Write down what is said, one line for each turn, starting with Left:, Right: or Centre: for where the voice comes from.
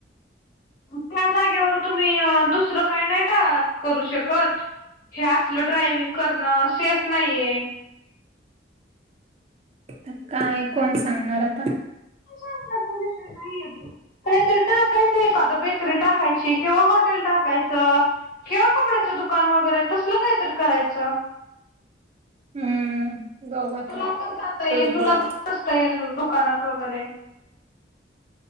Left: त्या जागेवर तुम्ही, दुसरं काही नाही टा करू शकत. हे असल ड्रायविंग करणं, सेफ नाहीये.
Right: काय, कोण, सांगणार आता?
Left: तू सांगितलेला, तो विषय नाही येत गं. काहीतरी टाकायचं एखादं. बेकरी टाकायची किंवा हॉटेल टाकायचं. किंवा कपड्याचं दुकान वगैरे. तसल कायतरी करायचं.
Right: हम्म. बघू आता
Left: तुला पण जाता येईल.
Right: तूच
Left: तुला
Right: बोल.
Left: पण बसता येईल. दुकानात वगैरे.